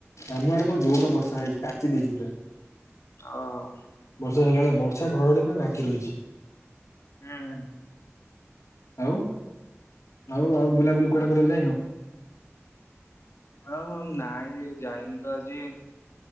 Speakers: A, on the left; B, on the left.
A: ଆମ ଆଡେ କଣ ଜୋର ବର୍ଷ ସା ହେଇଚି କାଚି ଦେଇଚି ପୁରା।
B: ଓହୋ।
A: ବର୍ଷା ହେଲା ବେଳେ ବର୍ଷା ଘଡ଼ଘଡ଼ି ପୁରା ନାଗି ରହିଛି।
B: ହୁଁ ହୁଁ।
A: ଆଉ ଆଉ ଆଉ ବୁଲାବୁଲି କୁଆଡେ କରିବାକୁ ଯାଇନ?
B: ହଁ ହଁ ନାଇଁରେ ଯାଇନି ତ ଆଜି।